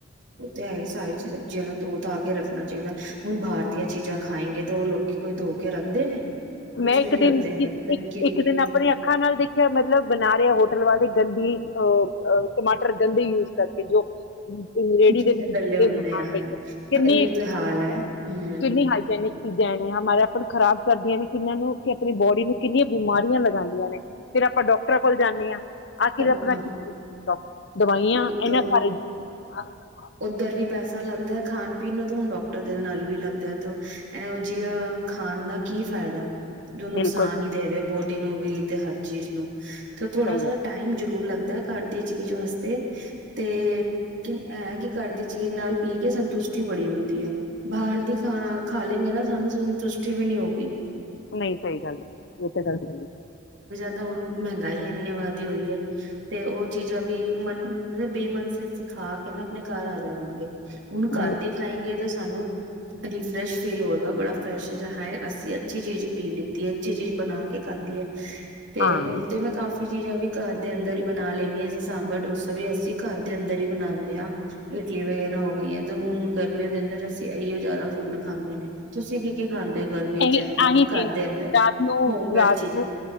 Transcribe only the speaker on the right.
ਓ ਤੇ ਹੈ ਹੀ। ਸਾਰੀ ਸਬਜ਼ੀਆਂ ਨੂੰ ਧੋ ਧਾ ਕੇ ਰੱਖਣਾ ਚਾਹੀਦਾ। ਹੁਣ ਬਾਹਰ ਦੀਆਂ ਚੀਜ਼ਾਂ ਖਏਂਗੇ ਓਹ ਲੋਕ ਕੋਈ ਧੋ ਕੇ ਰੱਖਦੇ ਨੇ। ਕੁਛ
ਵੀ
ਨੀ
ਰੱਖਦੇ ਨੇ
ਪਤਾ ਨੀ ਕਿਵੇਂ-ਕਿਵੇਂ
ਗਲੇ
ਗੱਲੇ ਹੁੰਦੇ
ਆ ਹਨ
ਇਹ ਤੇ ਹਾਲ ਹੈ। ਹੂੰ
ਉਹ
ਹਾਂ
ਉਹ
ਤੋਂ
ਉੱਧਰ ਵੀ ਪੈਸਾ ਲੱਗਦਾ ਖਾਣ ਪੀਣ ਨੂੰ ਹੁਣ ਡਾਕਟਰ ਦੇ ਨਾਲ ਵੀ ਲੱਗਦਾ ਤੇ। ਐ ਹੋ ਜੀਆ ਖਾਣ ਦਾ ਕੀ ਫਾਇਦਾ। ਜੋ ਨੁਕਸਾਨ
ਹੀ ਦੇਵੇ ਬੋਲ ਬੋਡੀ ਨੂੰ ਵੀ ਤੇ ਹਰ ਚੀਜ਼ ਨੂੰ। ਤੇ ਥੋੜਾ
ਸਾ ਟਾਈਮ ਜਰੂਰ ਲੱਗ ਦਾ ਘਰ ਦੀ ਚੀਜ਼ ਵਾਸਤੇ ਤੇ, ਲੇਕਿਨ ਹੈਂ ਕਿ ਘ਼ਰ ਦੀ ਚੀਜ਼ ਨਾਲ ਪੀ ਕੇ ਸੰਤੁਸ਼ਟੀ ਬੜੀ ਹੁੰਦੀ ਏ। ਬਾਹਰ ਦੀ ਖਾਣ ਖਾ ਲੈਂਗੇ ਨਾ ਸਾਨੂੰ ਸੰਤੁਸ਼ਟੀ ਵੀ ਨਹੀਂ ਹੋਊਗੀ।
ਕ ਹੁਣ ਮਹਿੰਗਾਈ ਇੰਨੇ ਵੱਧਦੀ ਹੋਈ ਏ ਤੇ ਉਹ ਚੀਜ਼ਾਂ ਵੀ ਮਨ ਬੇਮਨ ਸੇ ਸੀਖਾ ਕਹਿੰਦਾ ਆਪਣੇ ਘ਼ਰ ਆ ਜਾਵਾਂਗੇ। ਹੁਣ
ਘ਼ਰ ਦੇ ਖਾਏਗੇ ਤਾਂ ਸੁ ਸਾਨੂੰ ਰੀਫਰੈਸ਼ ਫੀਲ ਹੋਵੇਗਾ ਬੜਾ ਫਰੈਸ਼ ਜਾਂ ਹਾਏ ਅਸੀਂ ਅੱਛੀ ਚੀਜ਼ ਪੀ ਲਿੱਤੀ ਏ, ਅੱਛੀ ਚੀਜ਼ ਬਣਾ ਕੇ ਖਾਧੀ ਏ। ਤੇ
ਹੁਣ ਤੇ ਮੈਂ ਕਾਫੀ ਏਹ ਵੀੱ ਘ਼ਰ ਦੇ ਅੰਦਰ ਹੀ ਬਣਾ ਲੈਣੀ ਸਾਂਬਰ ਡੋਸਾ ਵੀ ਅਸੀਂ ਘਰ ਦੇ ਅੰਦਰ ਹੀ ਬਣਾਾਂ ੰਯਾ, ਇਡਲੀ ਵਗੈਰਾ ਹੋ ਗਈ ਆ ਤੇ ਹੁਣ ਗਰਮੀਆਂ ਦੇ ਅੰਦਰ ਅਸੀਂ ਇਓ ਜ਼ਿਆਦਾ ਫੂਡ ਖਾਂਦੇ ਨੇ, ਤੁਸੀਂ ਕੀ, ਕੀ ਖਾਂਦੇ ਹੋ? ਗਰਮੀਆਂ
ਚ ਅੰਦਰ
ਘਰ ਦੇ ਅੰਦਰ
ਹੋਮਮੇਡ
ਚੀਜ਼ਾਂ